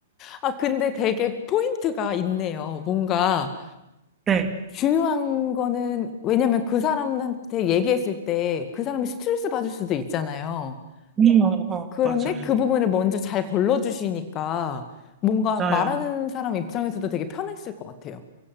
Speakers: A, on the left; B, on the right.
A: 아, 근데 되게 포인트가 있네요. 뭔가
B: 네.
A: 중요한 거는, 왜냐면 그 사람한테 얘기했을 때 그 사람이 스트레스 받을 수도 있잖아요.
B: 음, 어,
A: 그런데
B: 맞아요.
A: 그 부분을 먼저 잘 걸러주시니까 뭔가
B: 맞아요.
A: 말하는 사람 입장에서도 되게 편했을 것 같아요.